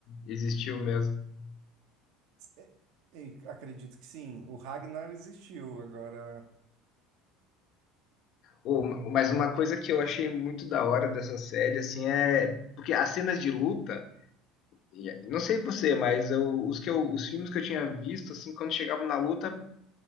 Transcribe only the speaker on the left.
existiu mesmo.
Oh, mas uma coisa que eu achei muito da hora dessa série, assim, é porque as cenas de luta, e- não sei você, mas eu- os que eu- os filmes que eu tinha visto, assim, quando chegava na luta,